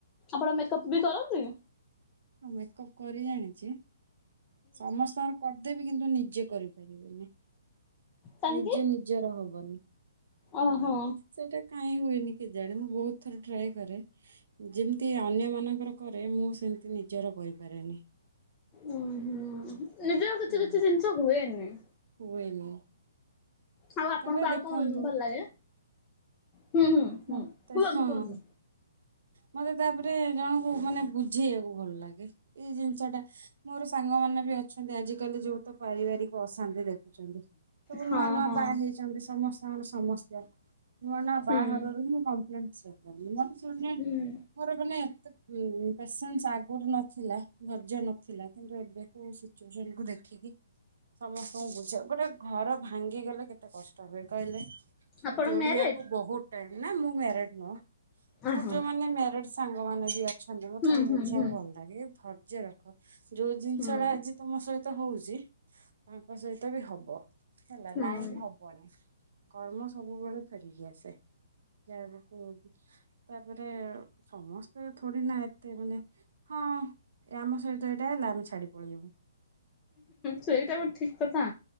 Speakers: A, on the left; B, on the right.
A: ଆପଣ ମେକଅପ୍ ବି କରନ୍ତି?
B: ହଁ ମେକଅପ୍ କରି ଯାଣିଚି ସମସ୍ତଙ୍କ କରିଦେବି କିନ୍ତୁ ନିଜେ କରିପାରିବିନି
A: କାହିଁକି?
B: ନିଜେ ନିଜର ହବନି।
A: ଓହୋ
B: ସେଟା କାଇଁ ହୁଏନି କେଜାଣି ମୁଁ ବହୁତ ଥର ଟ୍ରାଏ କରେ ଯେମିତି ଅନ୍ୟ ମାନଙ୍କର କରେ ମୁଁ ସେମିତି ନିଜର କରିପାରେନି।
A: ଓ ହୋ ନିଜର କିଛି
B: ହୁଁ
A: କିଛି ଜିନିଷ ହୁଏନି।
B: ହୁଏନି।
A: ଆଉ ଆପଣଙ୍କୁ
B: ତାପରେ
A: ଆଉ
B: ଦେଖନ୍ତୁ
A: କଣ ଭଲ ଲାଗେ? ହୁଁ ହୁଁ ହୁଁ
B: ମତେ
A: କୁହନ୍ତୁ
B: ହଁ।
A: କୁହନ୍ତୁ।
B: ମତେ ତାପରେ ଜଣଙ୍କୁ ମାନେ ବୁଝେଇବାକୁ ଭଲ ଲାଗେ ଏଇ ଜିନିଷ ଟା ମୋର ସାଙ୍ଗମାନେ ବି ଅଛନ୍ତି ଆଜିକାଲି ଯୋଉ ତ ପାରିବାରିକ ଅଶାନ୍ତି ଦେଖୁଚନ୍ତି ସବୁ
A: ହଁ
B: ନୂଆ ନୂଆ
A: ହଁ
B: ଚନ୍ତି ସମସ୍ତଙ୍କର ସମସ୍ୟ ନୂଆ ନୂଆ
A: ହୁଁ
B: ବାହାଘରରୁ ହିଁ ମୁଁ କମ୍ପ୍ଲେନ୍ ସ <unintelligible>
A: ହୁଁ
B: ମୋର ମାନେ ଏତେ ପେସେନ୍ସ ଆଗରୁ ନଥିଲା ଧୈର୍ଯ୍ୟ ନଥିଲା କିନ୍ତୁ ଏବେ କୁ ଯେନ କୁ ଦେଖିକି ସମସ୍ତଙ୍କୁ ବୁଝ ଗୋଟେ ଘର ଭାଙ୍ଗିଗଲେ କେତେ କଷ୍ଟ ହୁଏ କହିଲେ
A: ଆପଣ
B: ଯୋଡିବାକୁ
A: ମ୍ୟାରେଡ୍?
B: ବହୁତ ଟାଇ ନା ମୁଁ ମ୍ୟାରଡ୍ ନୁହଁ।
A: ଅ
B: ମୋର
A: ହଁ
B: ଯୋଉମାନେ ମ୍ୟାରଡ୍ ସାଙ୍ଗ ମାନ ବି ଅଛନ୍ତି ମତେ
A: ହୁଁ
B: ତାଙ୍କୁ
A: ହୁଁ
B: ବୁଝିବାକୁ
A: ହୁଁ
B: ଭଲ ଲାଗେ ଏ ଧୈର୍ଯ୍ୟ ରଖ। ଯୋଉ ଜିନିଷ
A: ହୁଁ
B: ଟା
A: ହୁଁ।
B: ଆଜି ତମ ସହିତ ହଉଚି ତାଙ୍କ ସହିତ ବି ହବ। ହେଲା
A: ହୁଁ
B: ନାଇଁ କି ହବନି କର୍ମ ସବୁବେଳେ ଫେରିକି ଆସେ। ଯାହାକୁ କୁହନ୍ତି ତାପରେ ସମସ୍ତେ ଥୋଡି ନା ଏତେ ମାନେ ହଁ ଆମ ସହିତ ଏଇଟା ହେଲା ଆମେ ଛାଡି ପଳେଇଯିବୁ।
A: ସେଇଟା କଣ ଠିକ କଥା।